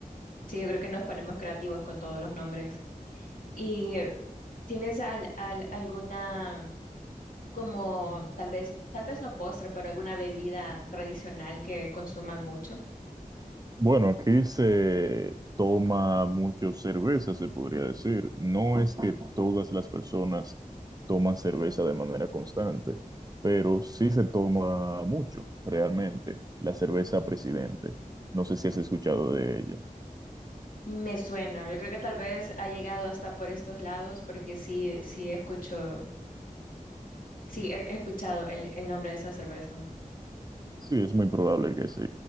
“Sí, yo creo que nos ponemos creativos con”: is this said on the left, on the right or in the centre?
Left